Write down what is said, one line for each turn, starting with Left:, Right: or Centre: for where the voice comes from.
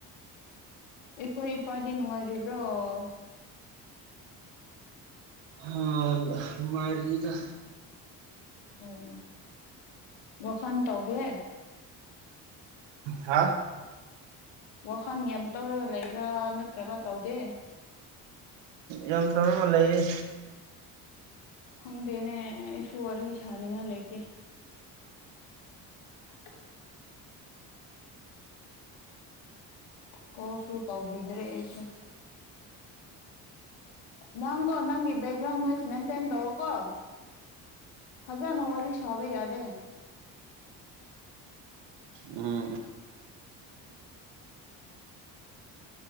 Left: ꯑꯩꯈꯣꯏ ꯏꯄꯥꯗꯤ ꯅꯨꯡꯉꯥꯏꯔꯤꯕ꯭ꯔ‌ꯣ
Right: ꯍꯥ... ꯅꯨꯡꯉꯥꯏꯔꯤꯗ
Left: ꯑꯝ ꯋꯥꯈꯟ ꯇꯧꯗꯦ
Right: ꯍꯥꯥ
Left: ꯋꯥꯈꯟ ꯌꯥꯝ ꯇꯧꯔꯒ ꯂꯩꯕ꯭ꯔꯥ ꯅꯠꯇ꯭ꯔꯒ ꯇꯧꯗꯦ
Right: ꯌꯥꯝ ꯇꯧꯔꯒ ꯂꯩꯌꯦ
Left: ꯈꯪꯗ‌ꯦꯅ‌ꯦ ꯑꯩꯁꯨ‌ ꯋꯥꯔꯤ ꯁꯥꯅꯤꯉꯥꯏ ꯂꯩꯇ‌ꯦ <unintelligible> ꯀ‌ꯣꯜꯁꯨ ꯇꯧꯕꯤꯗ꯭ꯔ‌ꯦ ꯑꯩꯁꯨ ꯅꯪꯀ‌ꯣ ꯅꯪꯒꯤ ꯕ‌ꯦꯛꯒ꯭ꯔꯥꯎꯟ ꯅ‌ꯣꯏꯁ ꯃꯦꯟꯇꯦꯟ ꯇꯧꯑ‌ꯣꯀꯣ ꯐꯖꯅ ꯋꯥꯔꯤ ꯁꯥꯕ ꯌꯥꯗꯦ
Right: ꯎꯝ ꯎ